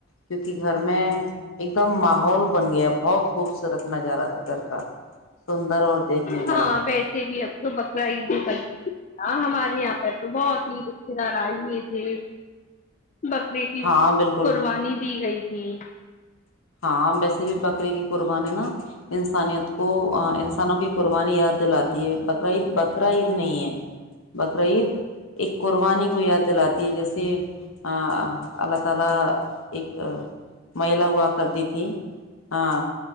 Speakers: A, on the left (about 75°); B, on the left (about 35°).
A: کیونکہ گھر میں ایک دم ماحول بن گیا بہت خوبصورت نظارہ تھا گھر کا سندر اور دیکھنے
B: ہاں
A: لائق
B: ویسے بھی اب تو بکرا عیدیں ہاں ہمارے یہاں پہ تو بہت ہی رشتے دار آئے ہوئے تھے بکرے کی
A: ہاں بالکل
B: قربانی دی گئی تھی <unintelligible>
A: <unintelligible> کرتی تھیں <unintelligible> ہاں